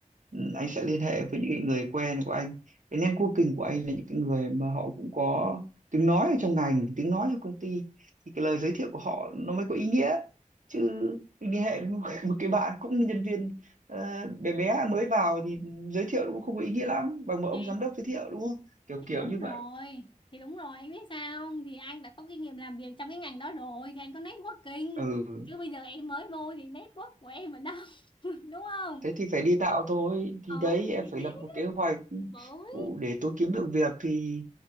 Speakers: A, on the right (about 65°); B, on the left (about 35°).
A: ừ, anh sẽ liên hệ với những cái người quen của anh cái networking của anh là những cái người mà họ cũng có tiếng nói ở trong ngành tiếng nói trong công ty thì cái lời giới thiệu của họ nó mới có ý nghĩa chứ mình liên hệ với một, <laughs> một cái bạn cũng là nhân viên ờ, bé bé mới vào thì giới thiệu nó cũng không có ý nghĩa lắm bằng một ông
B: thì
A: giám đốc giới thiệu đúng không kiểu
B: thì
A: kiểu
B: đúng
A: như
B: rồi
A: vậy
B: thì đúng rồi anh biết sao không thì anh đã có kinh nghiệm làm việc trong cái ngành đó rồi thì anh có networking
A: ừ
B: chứ bây giờ em mới vô thì network của em ở đâu <laughs> đúng không
A: thế thì phải đi tạo thôi thì
B: ờ
A: đấy em
B: thì
A: phải
B: thế
A: lập một kế hoạch
B: mới
A: để tôi kiếm được việc thì